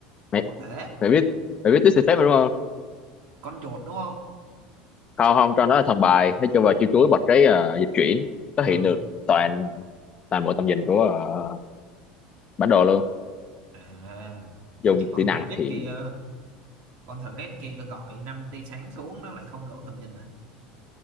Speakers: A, on the right (about 60°); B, on the left (about 35°).
A: cũng
B: mày
A: có thể
B: mày biết mày biết disrespect mà đúng không
A: con chuột đúng không
B: không không cho nó là thằng bài nó cho vào chiêu chuối bật cái ờ, dịch chuyển nó hiện
A: ừ
B: được toàn toàn bộ tầm nhìn của ờ, bản đồ luôn
A: à ủa
B: dùng
A: chứ con
B: kỹ năng
A: thờ
B: thì
A: kia con thờ kia gọi năm tia sáng xuống nó lại không lộ tầm nhìn à